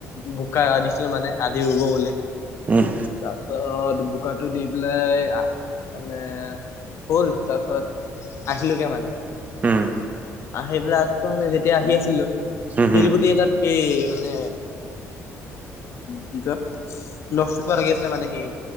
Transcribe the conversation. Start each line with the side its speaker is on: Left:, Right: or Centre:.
Left: বোকা দিছিল মানে আজি ৰুব বুলি।
Right: উম।
Left: তাৰ পিছত বোকাটো দি পেলাই আ মানে হ'ল তাৰপিছত আহিলোগে মানে।
Right: উম
Left: আহি পেলাই আকৌ মানে যেতিয়া আহি আছিলোঁ,
Right: হম
Left: শিলগুটি
Right: হম
Left: এটাত সি মানে কি কয় নখ চকা লাগি আছিলে মানে সেই